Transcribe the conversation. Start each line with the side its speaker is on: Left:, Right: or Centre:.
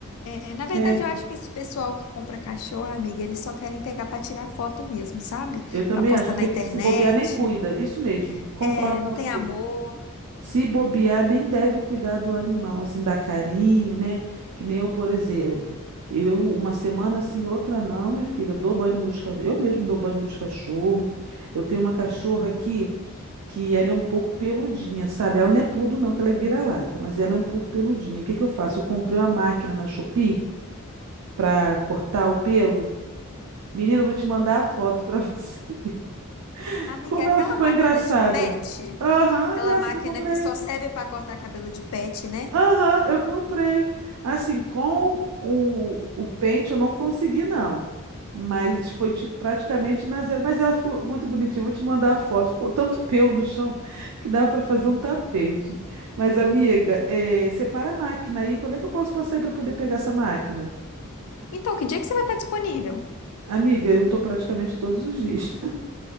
Left: É, na verdade,
Right: É,
Left: eu acho que esse pessoal que compra cachorro, amiga, eles só querem pegar pra tirar foto mesmo, sabe?
Right: eu também
Left: Pra postar
Right: acho, porque
Left: na internet.
Right: se bobear nem cuida. Isso mesmo, concordo
Left: É,
Right: com
Left: não
Right: você.
Left: tem amor.
Right: Se bobear, nem deve cuidar do animal, assim, dar carinho, né? Que nem eu, por exemplo. Eu, uma semana assim, outra não, minha filha. Eu dou banho nos meus cachorros. Eu mesmo dou banho nos meus cachorros. Eu tenho uma cachorra aqui que ela é um pouco peludinha, sabe? Ela não é pudo, não, que ela é vira-lata, mas ela é um pouco peludinha. O que que eu faço? Eu comprei uma máquina na Shopee pra cortar o pelo. Menina, eu vou te mandar a foto pra <laughs> você ver
Left: Amiga,
Right: como
Left: é aquela
Right: ela ficou
Left: máquina
Right: engraçada.
Left: de pet.
Right: Aham,
Left: Aquela
Right: dessa
Left: máquina
Right: que eu comprei.
Left: que só serve para cortar cabelo de pet, né?
Right: Aham, eu comprei. Assim, com o, o pente eu não consegui, não. Mas foi tipo, praticamente na zero. Mas ela ficou muito bonitinha. Vou te mandar a foto. Ficou tanto <laughs> pelo no chão <laughs> que dava para fazer um tapete. Mas, amiga, eh, separa a máquina aí. Quando é que eu posso passar aí para poder pegar essa máquina?
Left: Então, que dia que você vai estar disponível?
Right: Amiga, eu tô praticamente todos os dias. <laughs>